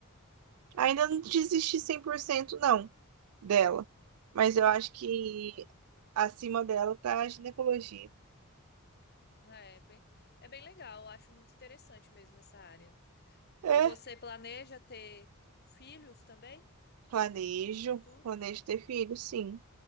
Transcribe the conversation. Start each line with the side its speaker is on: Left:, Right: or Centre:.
Right: Ainda não desisti 100% não dela. Mas eu acho que
Left: Uhum.
Right: acima dela tá a ginecologia.
Left: É, bem, é bem legal, eu acho muito interessante mesmo essa área.
Right: É.
Left: E você planeja ter filhos também
Right: Planejo,
Left: no futuro?
Right: planejo ter filho, sim.